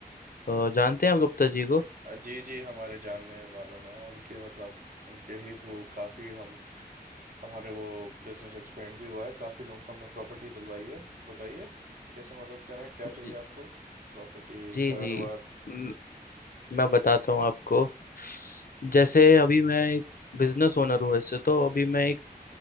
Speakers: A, on the left; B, on the right.
A: अ, जानते हैं आप गुप्ता जी को
B: अ, जी जी हमारे जानने वालों में उनके मतलब उनके ही थ्रू काफ़ी हम हमारे वो बिजनेस एक्सपेंड भी हुआ है काफ़ी लोगों को हमने प्रॉपर्टी दिलवाई है बताइए कैसे मदद करें क्या
A: ज-
B: चाहिए आपको प्रॉपर्टी
A: जी
B: घर
A: जी
B: वर
A: म- मैं बताता हूँ आपको जैसे अभी मैं एक बिजनेस ओनर हूँ वैसे तो अभी मैं एक